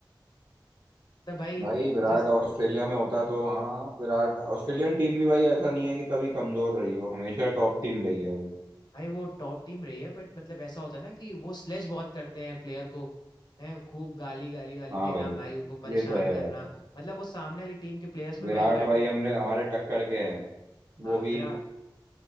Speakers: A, on the left; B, on the right.
A: तब भाई
B: भाई विराट
A: जिस
B: ऑस्ट्रेलिया में होता तो हाँ विराट ऑस्ट्रेलियन टीम भी भाई ऐसा नहीं है कि कभी कमजोर रही हो हमेशा टॉप टीम रही है वो
A: भाई वो टॉप टीम रही है बट मतलब ऐसा होता है ना कि वो स्लेज बहुत करते हैं प्लेयर को है खूब गाली गाली गाली
B: हाँ
A: देना
B: भाई
A: भाई उनको परेशान
B: ये तो है यार
A: करना मतलब वो सामने वाली टीम के प्लेयर्स पे
B: विराट
A: भाई बैटिंग
B: भाई हमने हमारे टक्कर के हैं
A: हाँ
B: वो भी
A: विराट